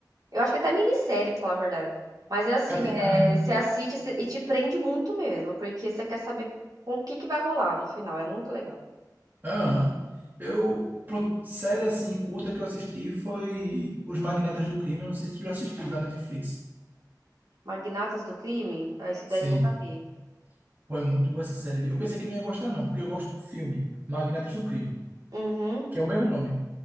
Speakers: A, on the right; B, on the right.
A: Eu acho que é até minissérie, pra falar a verdade. Mas é assim,
B: Ah, tem-
A: é, você assiste cê- e te prende muito mesmo, porque você quer saber como o que, que vai rolar no final. É muito legal.
B: Aham. Eu. Pronto, série assim, curta que eu assisti foi Os Magnatas do Crime. Eu não sei se tu já assistiu, da Netflix.
A: Magnatas do Crime? Ah, Esse daí
B: Sim.
A: eu nunca vi.
B: Pô, é muito boa essa série. Eu pensei que não ia gostar, não, porque eu gosto do filme Magnatas do Crime,
A: Uhum.
B: que é o mesmo nome.